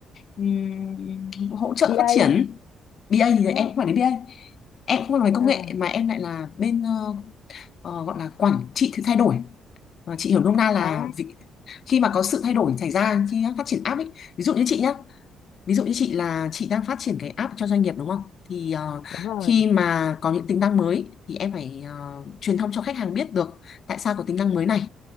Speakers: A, on the left; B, on the left.
A: ừm, hỗ trợ
B: BA
A: phát triển BA thì em
B: đúng
A: cũng phải đến BA em cũng không làm về công
B: không
A: nghệ mà em lại là bên ờ, ờ, gọi là quản trị sự thay đổi Ờ, chị hiểu nôm na là
B: à
A: vị, khi mà có sự thay đổi
B: không
A: xảy ra khi phát triển app ấy ví dụ như chị nhá Ví dụ như chị là chị đang phát triển cái app cho doanh nghiệp đúng không? Thì ờ,
B: đúng rồi
A: khi mà có những tính năng mới thì em phải ờ, truyền thông cho khách hàng biết được tại sao có tính năng mới này